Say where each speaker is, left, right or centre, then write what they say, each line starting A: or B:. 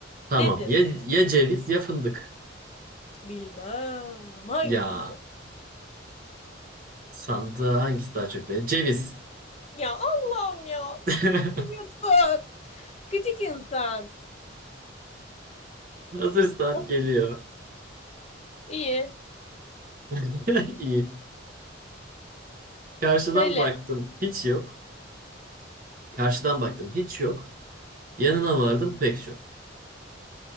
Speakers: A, on the right (about 45°); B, on the left (about 35°).
A: Tamam.
B: Nedir?
A: Ya, ya ceviz ya fındık.
B: Bilmem. Hangisi?
A: Ya sandığa hangisi daha çok beğenir? Ceviz.
B: Ya Allah'ım ya.
A: <laughs>
B: Biliyorsun. Gıcık insan.
A: Hazırsan
B: Oh,
A: geliyor.
B: İyi.
A: <laughs> İyi. Karşıdan
B: Söyle.
A: baktım hiç yok. Karşıdan baktım hiç yok. Yanına vardım pek çok.